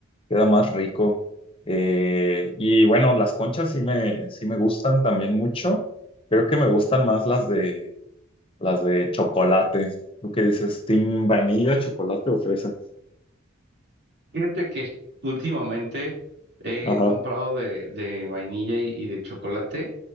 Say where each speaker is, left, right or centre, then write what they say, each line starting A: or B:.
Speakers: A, on the left; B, on the right.
A: queda más rico. Eh, y bueno, las conchas sí me, sí me gustan también mucho. Creo que me gustan más las de, las de chocolate. ¿Tú qué dices? ¿Team vainilla, chocolate o fresa?
B: Fíjate que <laughs> últimamente he
A: Ajá,
B: comprado de, de vainilla y, y de chocolate.